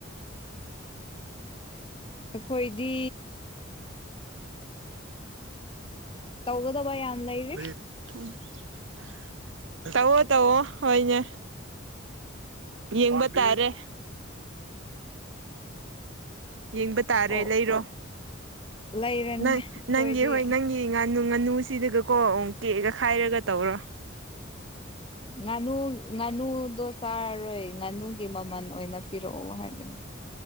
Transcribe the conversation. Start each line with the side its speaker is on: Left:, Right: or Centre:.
Left: ꯑꯩꯈꯣꯏꯗꯤ ꯇꯧꯒꯗꯕ ꯌꯥꯝ ꯂꯩꯔꯤ
Right: ꯐ <unintelligible> ꯇꯋꯣ ꯇꯧꯋꯣ ꯍꯣꯏꯅꯦ ꯌꯦꯡꯕ ꯇꯥꯔꯦ ꯌꯦꯡꯕ ꯇꯥꯔꯦ
Left: ꯑꯣ
Right: ꯂꯩꯔꯣ
Left: ꯂꯩꯔꯅꯤ
Right: ꯅꯪ
Left: ꯑꯩꯈꯣꯏꯗꯤ
Right: ꯅꯪꯒꯤ ꯍꯣꯏ ꯅꯪꯒꯤ ꯉꯥꯅꯨ ꯉꯥꯅꯨ ꯁꯤꯗꯒꯀꯣ ꯎ ꯒ ꯈꯥꯏꯔꯒ ꯇꯧꯔꯣ
Left: ꯉꯥꯅꯨ ꯉꯥꯅꯨꯗꯣ ꯆꯥꯔꯔꯣꯏ ꯉꯥꯅꯨꯒꯤ ꯃꯃꯜ ꯑꯣꯏꯅ ꯄꯤꯔꯛꯑꯣ ꯍꯥꯏꯕꯅꯦ